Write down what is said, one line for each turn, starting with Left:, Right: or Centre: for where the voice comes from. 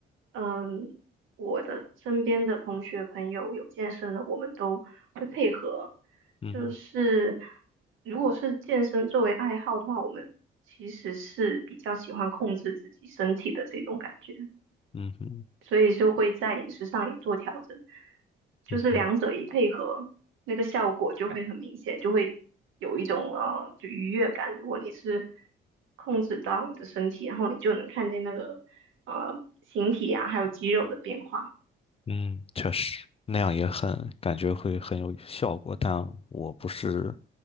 Right: 嗯，我的身边的同学朋友有健身的，我们都会配合。
Left: 嗯哼，
Right: 就是如果是健身作为爱好的话，我们其实是比较喜欢控制自己身体的这种感觉。
Left: 嗯哼，
Right: 所以就会在饮食上也做调整，就是两者一配合，
Left: 嗯哼，
Right: 那个效果就会很明显，就会有一种呃就愉悦感。如果你是控制到你的身体，然后你就能看见那个呃形体啊，还有肌肉的变化。
Left: 嗯，确实，那样也很，感觉会很有效果，但我不是